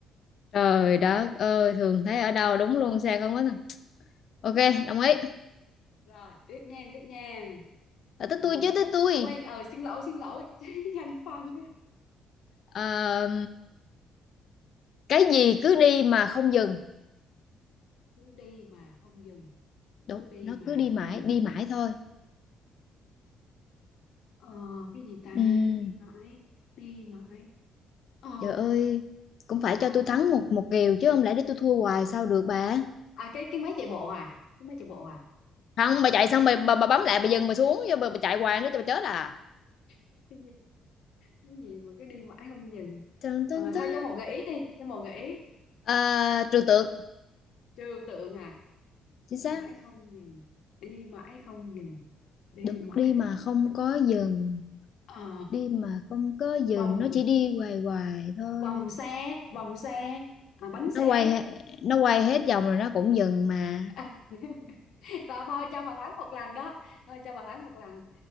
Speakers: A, on the left; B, on the left.
A: Trời đất ơi thường thấy ở đâu đúng luôn sao không có nè. Ok đồng ý
B: rồi tiếp nha tiếp nha
A: Là tới
B: ừ.
A: tôi chứ tới tôi
B: Ờ, quên ờ xin lỗi xin lỗi <laughs> danh phân
A: Ờ, Cái gì cứ đi mà không dừng
B: cứ đi mà không dừng
A: Đúng
B: cứ đi
A: nó
B: mà
A: cứ đi mãi
B: không dừng
A: đi mãi thôi
B: ờ cái gì ta
A: Ừm,
B: đi mãi đi mãi ờ
A: Trời ơi cũng phải
B: ờ
A: cho tôi thắng một một kèo chứ không lẽ để tôi thua hoài sao được bà
B: à cái cái máy chạy bộ à cái máy chạy bộ à
A: không bà chạy xong bà bà, bà bấm lại bà dừng bà xuống chứ bà, bà chạy hoài nữa cho bà chết à
B: <laughs> cái gì mà cứ đi mãi không dừng
A: Tần
B: ờ,
A: tần tần.
B: thôi cho một gợi ý đi cho một gợi ý
A: À, trừu tượng
B: trừu tượng à
A: chính
B: mãi
A: xác
B: không dừng đi mãi không dừng đi
A: đúng
B: mãi
A: đi mà
B: không
A: không có dừng
B: ờ,
A: đi mà không có dừng
B: vòng
A: nó chỉ đi hoài hoài thôi
B: vòng xe vòng xe à, bánh
A: nó
B: xe
A: quay he- nó quay hết vòng rồi nó cũng dừng mà
B: à, <laughs> thôi thôi cho bà Thái một lần đó thôi cho bà Thái một lần